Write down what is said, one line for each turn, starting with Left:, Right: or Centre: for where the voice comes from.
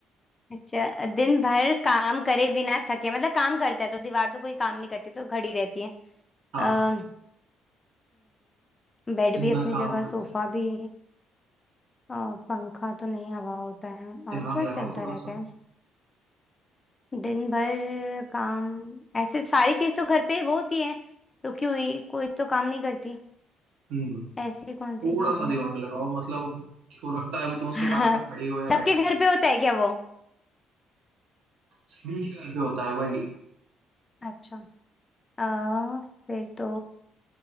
Left: अच्छा दिन भर काम करे बिना थके मतलब काम करता है तो दीवार तो कोई काम नहीं करती तो खड़ी रहती है
Right: हाँ
Left: अः बेड
Right: दिन
Left: भी
Right: भर
Left: अपनी
Right: काम
Left: जगह
Right: करता
Left: सोफा
Right: है
Left: भी अ, पंखा तो नहीं हवा होता है
Right: दिमाग
Left: और क्या
Right: लगाओ
Left: चलता
Right: थोड़ा
Left: रहता
Right: सा
Left: है दिन भर काम ऐसे सारी चीज तो घर पे वो होती है रुकी हुई कोई तो काम नहीं करती
Right: हम्म
Left: ऐसी कौन सी
Right: थोड़ा
Left: चीज
Right: सा
Left: है
Right: दिमाग लगाओ मतलब हो सकता है अभी तुम उसके
Left: <laughs>
Right: पास में खड़ी हो या
Left: सबके
Right: बैठी
Left: घर
Right: हो
Left: पे होता है क्या वो
Right: सभी के घर पे होता है भाई
Left: अच्छा अ, फिर तो